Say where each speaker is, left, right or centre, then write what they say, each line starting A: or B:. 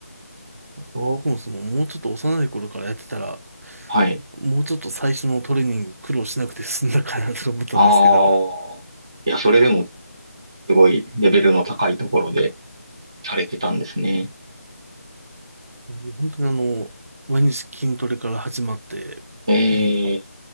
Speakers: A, on the right; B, on the right.
A: 僕もその、
B: お
A: もうちょっと幼い頃からやってたら、
B: はい。
A: もうちょっと最初のトレーニング苦労しなくて済んだかなと思ったんですけど、
B: ああ。いや、それでも、すごいレベルの高いところでされてたんですね。
A: もう本当にあの、毎日筋トレから始まって、
B: え
A: もう、
B: え、